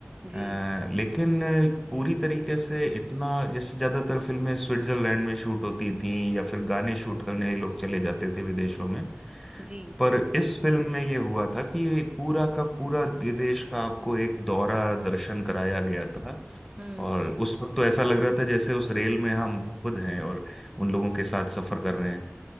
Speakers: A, on the right (about 20°); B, in the centre.
A: जी
B: अ, लेकिन पूरी तरीके से इतना जैसे ज्यादातर फिल्में स्विट्जरलैंड में शूट होती थी या फिर गाने शूट करने लोग चले जाते थे विदेशों में
A: जी
B: पर इस फिल्म में ये हुआ था कि ये पूरा का पूरा विदेश का आपको एक दौरा दर्शन कराया गया था
A: हम्म
B: और उस वक्त तो ऐसा लग रहा था जैसे उस रेल में हम खुद हैं और उन लोगों के साथ सफर कर रहे हैं